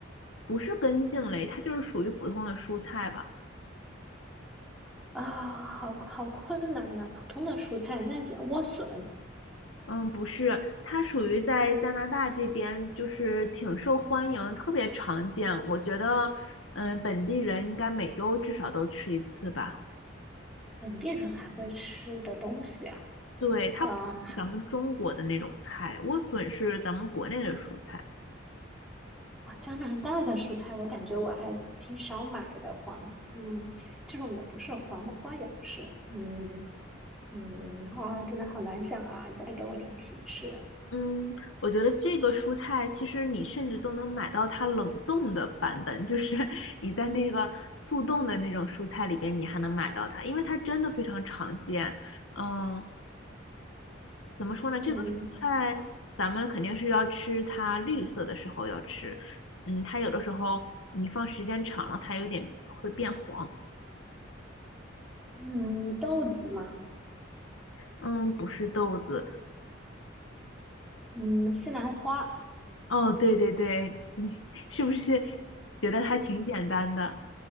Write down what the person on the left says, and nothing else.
不是根茎类，它就是属于普通的蔬菜吧。
嗯，不是，它属于在加拿大这边，就是挺受欢迎，特别常见。我觉得，嗯，本地人应该每周至少都吃一次吧。
对，它不是咱们中国的那种菜，
莴笋是咱们国内的蔬菜。
嗯，我觉得这个蔬菜其实你甚至都能买到它冷冻的版本，就是 <laughs> 你在那个速冻的那种蔬菜里边，你还能买到它，因为它真的非常常见。嗯，怎么说呢？
这个蔬菜咱们肯定是要吃它绿色的时候要吃，嗯，它有的时候你放时间长了，它有点会变黄。
嗯，不是豆子。
哦，对对对，你 <laughs> 是不是觉得还挺简单的？